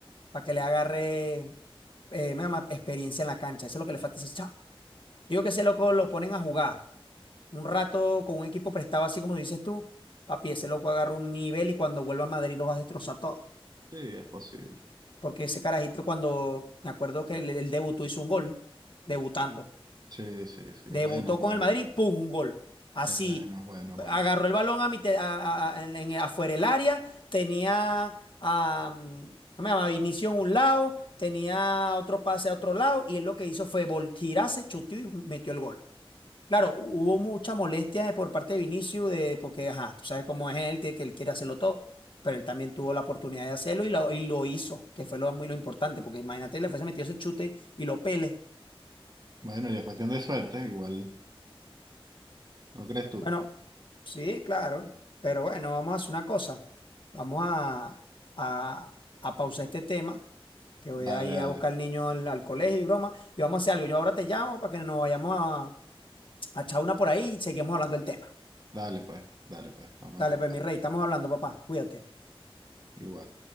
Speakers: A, on the left; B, on the right.
A: para que le agarre, eh, me llama, experiencia en la cancha. Eso es lo que le falta a ese chavo. Digo que ese loco lo ponen a jugar un rato con un equipo prestado, así como dices tú. Papi, ese loco agarra un nivel y cuando vuelva a Madrid los va a destrozar todo.
B: Sí, es posible.
A: Porque ese carajito, cuando me acuerdo que el, el debutó hizo un gol, debutando
B: Sí, sí, sí,
A: Debutó
B: es bueno, es bueno.
A: con el Madrid, ¡pum! Un gol. Así.
B: Es bueno, es bueno, es bueno.
A: Agarró el balón a mitad- a- a- a- en- en- afuera del área. Tenía a, mm, ¿cómo se llama? Vinicius en un lado. Tenía otro pase a otro lado. Y él lo que hizo fue voltirarse, chuteó y metió el gol. Claro, hubo mucha molestia de- por parte de Vinicius, de, porque, ajá, tú sabes cómo es él, que, que él quiere hacerlo todo. Pero él también tuvo la oportunidad de hacerlo y lo, y lo hizo, que fue lo, muy lo importante, porque imagínate, le fuese metido ese chute y lo pele.
B: Bueno, y es cuestión de suerte, igual, ¿no crees tú?
A: Bueno, Sí, claro. Pero bueno, vamos a hacer una cosa. Vamos a, a, a pausar este tema, que voy
B: Dale,
A: a ir
B: dale,
A: a buscar al niño al, al colegio y broma. Y vamos a hacer algo. Yo ahora te llamo para que nos vayamos a, a echar una por ahí y seguimos hablando del tema.
B: dale pues, dale pues, estamos
A: Dale,
B: en contacto.
A: pues mi rey, estamos hablando, papá. Cuídate.
B: Igual.